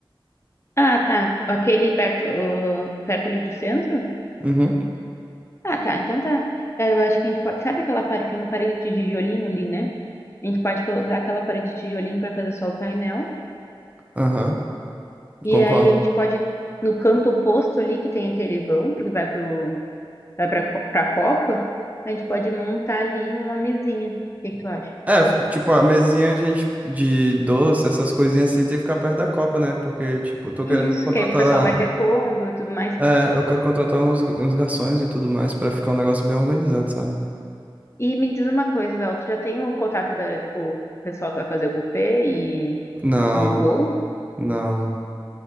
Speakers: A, on the left (about 30°); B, on the right (about 15°).
A: Ah, tá. Aquele perto, ah, perto ali do centro?
B: Uhum,
A: Ah, tá. Então tá. Daí eu acho que a gente pode. Sabe aquela parede, tem uma parede de tijolinho ali, né? A gente pode usar aquela parede de tijolinho pra fazer só o painel.
B: aham,
A: E
B: concordo.
A: aí a gente pode, no canto oposto ali, que tem aquele vão, porque vai pro, vai pra, co- pra copa, a gente pode montar ali uma mesinha. O que que tu acha?
B: É, f- tipo, a mesinha, a gente, de doce, essas coisinhas assim, tem que ficar perto da copa, né? Porque, tipo, eu tô querendo
A: Isso,
B: contratar.
A: que aí o pessoal vai repondo e tudo mais.
B: É, eu quero contratar uns, uns garçons e tudo mais pra ficar um negócio bem organizado, sabe?
A: E me diz uma coisa, Bel, tu já tem o contato da, tipo, o pessoal que vai fazer o buffet e
B: Não,
A: o bolo?
B: não.